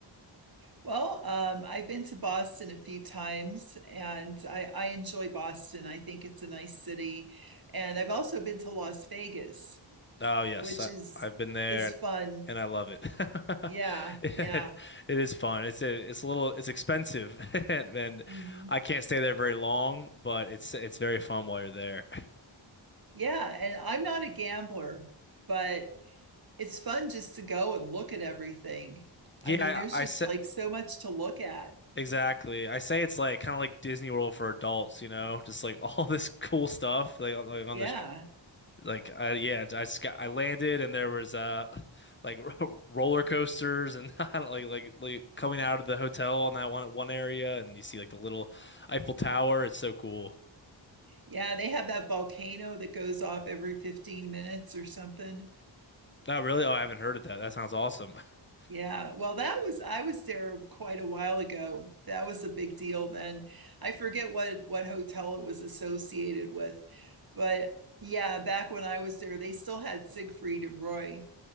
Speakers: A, on the right (about 50°); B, on the left (about 25°).
A: Well, um, I've been to Boston a few times and I, I enjoy Boston. I think it's a nice city. And I've also been to Las Vegas,
B: Oh yes,
A: which
B: I,
A: is
B: I've been there
A: is fun.
B: and I love it. <laughs>
A: Yeah,
B: It,
A: yeah.
B: it is fun. It's a, it's a little it's expensive <laughs> and, and
A: hmm
B: I can't stay there very long, but it's it's very fun while you're there.
A: Yeah, and I'm not a gambler, but it's fun just to go and look at everything. I
B: Yeah,
A: mean, there's
B: I,
A: just
B: I say
A: like so much to look at.
B: exactly. I say it's like kind of like Disney World for adults, you know, just like <laughs> all this cool stuff like, on- like on
A: Yeah.
B: this Like I yeah, I just got I landed and there was uh <laughs> like ro- roller coasters and <laughs> I don't like like like coming out of the hotel on that one one area and you see like the little Eiffel Tower. It's so cool.
A: Yeah, they have that volcano that goes off every 15 minutes or something.
B: Oh really? Oh, I haven't heard of that. That sounds awesome. <laughs>
A: Yeah. Well, that was I was there quite a while ago. That was a big deal then. I forget what what hotel it was associated with, but yeah, back when I was there, they still had Siegfried and Roy,